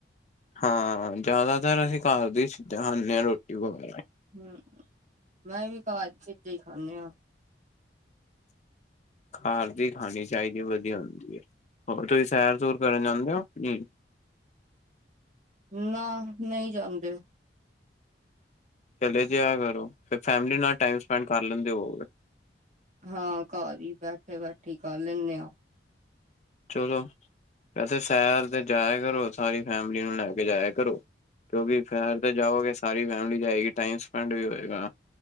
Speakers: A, on the left (about 40°); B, on the right (about 40°).
A: ਹਾਂ ਜ਼ਿਆਦਾਤਰ ਅਸੀਂ ਘਰ ਦੀ ਚੀਜ਼ਾਂ ਖਾਂਦੇ ਆ ਰੋਟੀ ਵਗੈਰਾ।
B: ਹਮ, ਮੈਂ ਵੀ ਘਰ ਦੇ ਭੇਜੇ ਈ ਖਾਂਨੇ ਆ।
A: ਘਰ ਦੀ ਖਾਣੀ ਚਾਹੀਦੀ ਵਧੀਆ ਹੁੰਦੀ ਐ, ਹੋਰ ਤੁਸੀਂ ਸੈਰ- ਸੂਰ ਕਰਨ ਜਾਂਦੇ ਔ। ਹਮ
B: ਨਾ ਨਈ ਜਾਂਦੇ।
A: ਚਲੇ ਜਾਇਆ ਕਰੋ, ਫਿਰ ਫੈਮਿਲੀ ਨਾਲ ਟਾਈਮ ਸਪੈਂਡ ਕਰ ਲੈਂਦੇ ਹੋਅਗੇ।
B: ਹਾਂ, ਘਰ ਈ ਬੈਠੇ, ਬੈਠੀ ਕਰ ਲੈਂਨੇ ਆ।
A: ਚਲੋ, ਵੈਸੇ ਸੈਰ ਤੇ ਜਾਇਆ ਕਰੋ, ਸਾਰੀ ਫੈਮਿਲੀ ਨੂੰ ਲੈ ਕੇ ਜਾਇਆ ਕਰੋ। ਕਿਉਂਕਿ ਫੈਰ ਤਾਂ ਜਾਓਗੇ, ਸਾਰੀ ਫੈਮਿਲੀ ਜਾਏਗੀ, ਟਾਈਮ ਸਪੈਂਡ ਵੀ ਹੋਏਗਾ।